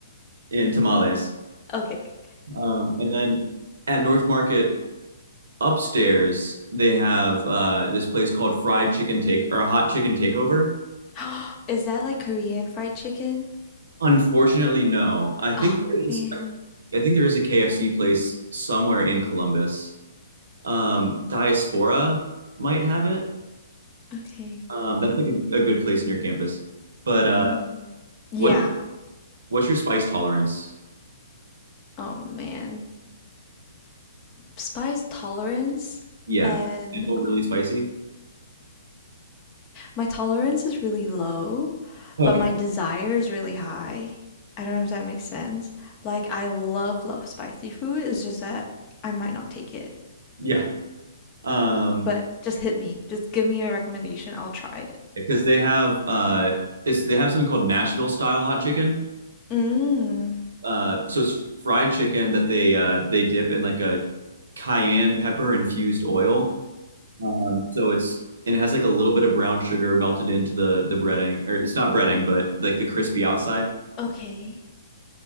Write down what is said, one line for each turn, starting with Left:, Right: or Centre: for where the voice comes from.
Right: in tamales.
Left: Okay.
Right: Um, and then at North Market upstairs, they have uh, this place called Fried Chicken Take or a Hot Chicken Takeover.
Left: <gasps> Is that like Korean fried chicken?
Right: Unfortunately, no. I think
Left: Oh
Right: there is.
Left: man.
Right: I think there is a KFC place somewhere in Columbus. Um, Diaspora might have it.
Left: Okay.
Right: Um, that's like a, a good place near campus. But uh,
Left: Mm. Yeah.
Right: what what's your spice tolerance?
Left: Oh man. Spice tolerance
Right: Yeah,
Left: and
Right: can you handle really spicy.
Left: my tolerance is really low,
Right: Okay.
Left: but my desire is really high. I don't know if that makes sense. Like I love love spicy food. It's just that I might not take it.
Right: Yeah. Um,
Left: But just hit me. Just give me a recommendation. I'll try it.
Right: because they have uh, it's they have something called Nashville style hot chicken.
Left: Mm.
Right: Uh, so it's fried chicken that they uh, they dip in like a cayenne pepper infused oil. Um, so it's and it has like a little bit of brown sugar melted into the the breading, or it's not breading, but like the crispy outside.
Left: Okay.